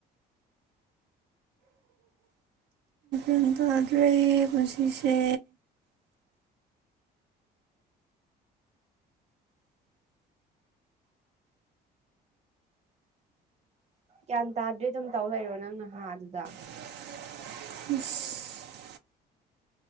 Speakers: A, on the right; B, on the right.
A: ꯒ꯭ꯌꯥꯟ ꯇꯥꯗ꯭ꯔꯦ ꯄꯨꯟꯁꯤꯁꯦ
B: ꯒ꯭ꯌꯥꯟ ꯇꯥꯗ꯭ꯔꯦ ꯑꯗꯨꯝ ꯇꯧ ꯂꯩꯔꯣ ꯅꯪꯅ ꯍꯥꯥ ꯑꯗꯨꯗ
A: ꯢꯁ